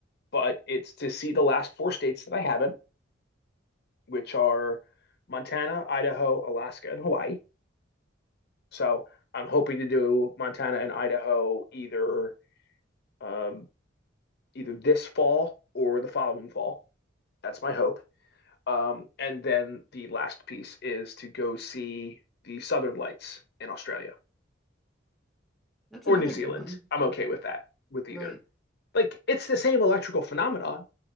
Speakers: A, on the left; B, in the centre.
A: but it's to see the last four states that I haven't, which are Montana, Idaho, Alaska, and Hawaii. So I'm hoping to do Montana and Idaho either um either this fall or the following fall. That's my hope. Um, and then the last piece is to go see the Southern Lights in Australia
B: That's
A: or
B: another
A: New Zealand.
B: good one.
A: I'm okay with that, with either.
B: Right.
A: Like it's the same electrical phenomenon,